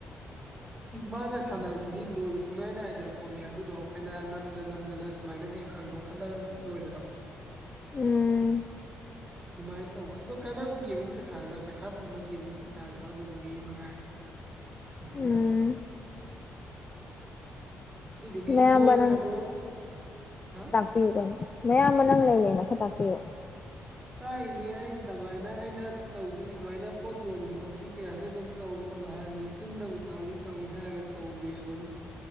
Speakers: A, on the right (about 20°); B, on the left (about 30°).
A: ꯃꯥꯅ ꯁꯥꯟꯅꯕꯁꯤꯗꯤ ꯂꯣꯏꯕ ꯁꯨꯡꯅꯥꯏ ꯅꯥꯏꯗꯕ ꯄꯣꯠꯅꯤ ꯑꯗꯨꯗꯣ ꯑꯩꯈꯣꯏꯅ ꯅꯝꯗ ꯅꯝꯗꯅ ꯁꯨꯃꯥꯏꯅ ꯍꯦꯛ ꯍꯟꯗꯣꯛꯍꯜꯂꯒ ꯂꯣꯏꯕꯗꯣ
B: ꯎꯝ
A: ꯑꯗꯨꯃꯥꯏꯅ ꯇꯧꯕ ꯑꯗꯣ ꯀꯥꯟꯅꯕ ꯒꯦꯝ ꯑꯃꯇ ꯁꯥꯟꯅꯗꯕ ꯄꯩꯁꯥ ꯐꯪꯕꯒꯤ ꯒꯦꯝ ꯑꯃꯇ ꯁꯥꯟꯅꯗꯕ ꯑꯗꯨꯗꯨꯒꯤ ꯃꯉꯥꯏ ꯈꯔꯥꯌꯥꯝꯇ
B: ꯎꯝ
A: ꯑꯗꯨꯗꯨꯒꯤ
B: ꯃꯌꯥꯝꯕ
A: ꯂꯣꯏꯈ꯭ꯔꯥꯕ꯭ꯔꯣ ꯍꯥ
B: ꯄꯤꯕ ꯃꯌꯥꯝꯕ ꯅꯪ ꯂꯩꯅ ꯂꯩꯅ ꯈꯔ ꯇꯥꯛꯄꯤꯌꯨ
A: ꯇꯥꯛꯏꯅꯤ ꯑꯩ ꯑꯇꯥꯃꯛꯅ ꯑꯩꯅ ꯇꯧꯕꯤ ꯁꯨꯃꯥꯏꯅ ꯄꯣꯠ ꯌꯣꯟꯕꯤ ꯈꯣꯠꯄꯤ ꯀꯌꯥꯁꯦ ꯑꯗꯨꯝ ꯇꯧ ꯈꯣꯠꯂꯣ ꯍꯥꯏꯕꯅꯤ ꯆꯤꯟꯗ ꯇꯧꯅꯤ ꯇꯧꯅꯤ ꯍꯥꯏꯔꯒ ꯇꯧꯗꯦ ꯑꯗꯨꯝ